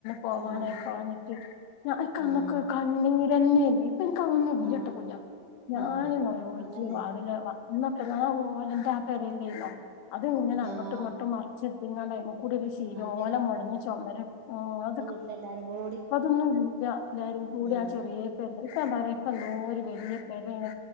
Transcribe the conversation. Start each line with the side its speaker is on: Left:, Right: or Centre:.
Left: പോവാനയിക്കാഞ്ഞിട്ട്
Right: ആഹ്
Left: ഞ ന്ക്ക് അന്നൊക്ക
Right: ആഹ്
Left: കണ്ണീരന്നെന് എനിക്കതൊന്നും ഇല്ലട്ടാ
Right: ആഹ്
Left: കുഞ്ഞ ഞാൻ
Right: ആഹ്
Left: നോലോൽച്ച്
Right: അതന്നെ
Left: വാതിൽ വ ഇന്നൊക്കെ നാ ഓലന്റെ ആ പേരലെല്ലെര്ന്ന? അത് ഇങ്ങനെ അങ്ങോട്ടും
Right: ആഹ്
Left: ഇങ്ങോട്ടും മറച്ച് ഇട്ട്കാണ്ട് അയ്മകൂടെ ഒരു ശിലോല
Right: ആഹ്
Left: മൊടഞ് ചൊമര് അ
Right: ല്ല എല്ലാരും കൂ
Left: അതൊന്നുല്യ എല്ലാരുകൂടി
Right: ആഹ്
Left: ആ ചെറിയ പേരില്ല നക്കെന്താറിയോ ഇപ്പ എന്തോരു വലിയ. രെണ്